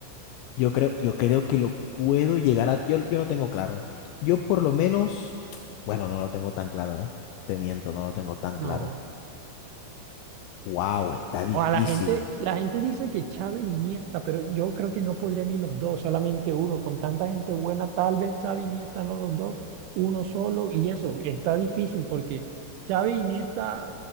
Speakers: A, on the left (about 80°); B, on the right (about 80°).
A: Yo creo, yo creo que lo puedo llegar a. Yo, yo lo tengo claro, ¿eh? Yo por lo menos. Bueno, no lo tengo tan claro, ¿eh? Te miento, no lo tengo tan
B: No.
A: claro. ¡Wow! Está difícil.
B: O a la gente, la gente dice que Xavi y Iniesta, pero yo creo que no podría ni los dos, solamente uno. Con tanta gente buena, tal vez Xavi y Iniesta no los dos, uno solo. Y eso está difícil porque Xavi y Iniesta